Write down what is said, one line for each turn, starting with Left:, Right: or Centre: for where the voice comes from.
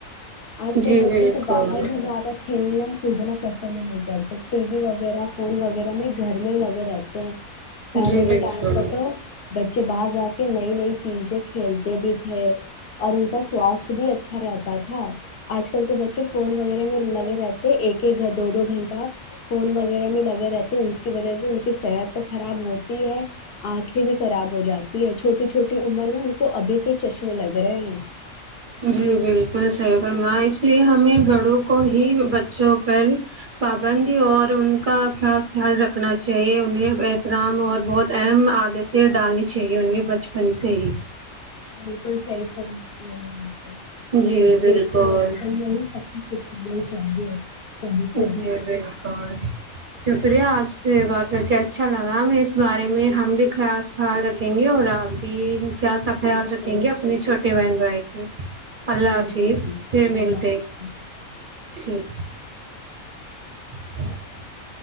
Left: آج کل
Right: جی
Left: بچے
Right: بالکل
Left: تو باہر بھی زیادہ کھیلنا کھنا کل نہیں کاتے ٹی وی وغیرہ فون وغیرہ میں گھر میں ہی لگے رہتے ہیں پہلے
Right: جی بالکل
Left: کے ٹائم پر تو ب ب باہر جا کے نئی نئی چیزیں کھیلتے بھی تھے اور ان کا سواستھ بھی اچھا رہتا تھا آج کل کے بچے فون وغیرہ میں لگے رہتے ایک ایک گھر دو دو گھنٹہ فون وغیرہ میں لگے رہتے ہیں ان کی وجہ سے ان کی صحت تو خراب ہوتی ہے آنکھیں بھی خراب ہو جاتی ہے چھوٹی چھوٹی عمر میں ان کو ابھی سے چشمے لگ رہے ہیں
Right: جی بالکل صحیح رما اس لیے ہمیں گڑوں کو ہی بچوں پر پابندی اور ان کا خاص خیال رکھنا چاہیے انہیں احترام اور بہت اہم عادتیں ڈالنی چاہیے انیں بچپن سے ہی
Left: بالکل صحیح ے آ کو
Right: جی
Left: اس لیےے
Right: بالکل
Left: بچپن میں ہی سب کچھ سکھانا ہی چاہیے سبھی کو
Right: ا <unintelligible> تویا آپ سے بات کر کے اچھا لگا ہمیں اس بارے میں ہم بھی خیااص خیال رکھیں گے اور آپ بھی کیا سا خیال
Left: بالکل
Right: رکھیں گے اپنی چھوٹے بہن بائےیک اللہ
Left: بالکل
Right: حافظ پھر ملتے
Left: اللہ حافظ
Right: ٹھیک ج